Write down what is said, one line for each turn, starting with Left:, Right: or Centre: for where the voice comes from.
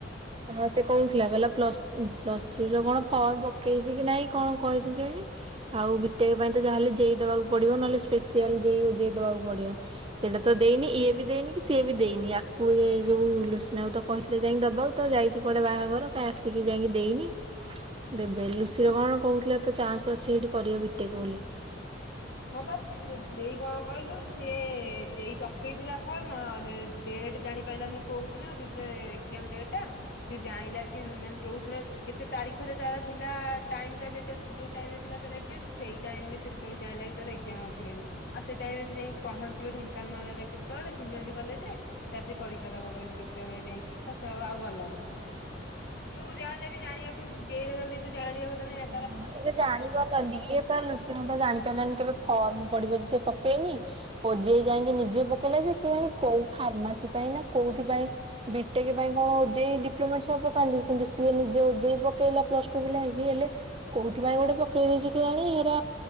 Right: ହଁ ସେ କହୁଥିଲା କହିଲା ପ୍ଲସ୍ ଉଁ, ପ୍ଲସ୍ ଥ୍ରୀ ର କଣ ଫର୍ମ ପକେଇଚି କି ନାଇଁ କଣ କହିିଥି କେଆଣି। ଆଉ ବିଟେକ୍ ପାଇଁ ତ ଯାହା ହେଲେ ଜେଇ ଦେବାକୁ ପଡିବ ନହଲେ ସ୍ପେସିଆଲ ଜେୟୁ ଜେ ଦବାକୁ ପଡିବ। ସେଇଟା ତ ଦେଇନି ଇଏ ବି ଦେଇନି କି ସିଏ ବି ଦେଇନି। ଆକୁ ଏଇ ଯୋଉ ଲୁସୁନା କୁ ତ କହିଥିଲେ ଯାଇକି ଦବ ତ ଯାଇଛି କୁଆଡେ ବାହାଘର ଟା ଆସିକି ଯାଇକି ଦେଇନି। ଦେବେ ଲୁସିିର କଣ କହୁଥିଲା ତ ଚାନ୍ସ ଅଛି ସେଇଠି କରିବ ବିଟେକ୍ ବୋଲି।
Left: ହଁ ବା ସିଏ ଜେ ଜେଇ କଣ କହିଲୁ ସିଏ ଜେଇ ପକେଇଥିଲା ଫର୍ମ ଆ, ହେଇ ଦେ ଡେଟ୍ ଜାଣି ପାରିଲାନି କୋଉ ଦିନ ଯୋଉଦିନ ଏକ୍ଜାମ ଡେଟ୍ ଟା ସେ ଜାଣିଲା କି ମାନେ ଯୋଉ ଦିନ ଜେ ସେ ତାରିଖରେ ତାର ଥିଲା ଟାଇମ୍ ଟା ଯେତେଳେ ସେ ଯୋଉ ଟାଇମ୍ ରେ ଥିଲା ତାର ଏକ୍ଜାମ ସେ ସେଇ ଟାଇମ୍ ରେ ସେତେଳୁ ଜାଣିଲା। ତାର ଏକ୍ଜାମ ଅଛି ବୋଲି ଆଉ ସେ ଟାଇମ୍ ରେ ସେ ଯାଇ ପହଞ୍ଚିବ ଢେଙ୍କାନାଳରେ କେତେବେଳେ ସିନିଅଜୁ କଲେଜ୍ ରେ ତ ସେ ପରୀକ୍ଷା ଦବ କହିଲୁ କେତେବେଳେ ଯାଇକି ତ ସେ ଅ, ଆଉ ଗଲାନି। ତୁ ଯା ହେଲେ ବି ଜାଣିବ ତୁ ଜେଇ <unintelligible> ତୁ ଜାଣିବା କଥା ନା ଆ
Right: ହଁ ଏଇଟା ଜାଣି ପାରୁନାହାନ୍ତି। ଇଏ ପା ଲୁସିନା ପା ଜାଣିପାରିଲାନି କେବେ ଫର୍ମ ପଡିବ ସେ ପକେଇନି। ଓଜେଇ ଯାଇକି ନିଜେ ପକେଇଲା ଯେ କିଆଣ କୋଉ ଫାର୍ମାସି ପା ପାଇଁ ନା କୋଉଥି ପାଇଁ ବିଟେକ୍ ପାଇଁ କଣ ଓଜେଇ ଡିପ୍ଲୋମା ଛୁଆ ପକାନ୍ତି। କିନ୍ତୁ ସିଏ ନିଜେ ଓଜେଇ ପକା କେଇଲା ପ୍ଲସ୍ ଟୁ ପିଲା ହେଇ। ଇ ହେଲେ କୋଉଥିପାଇଁ ଗୋଟେ ପକେଇ ଦେଇଛି କିଆଣି ହେରା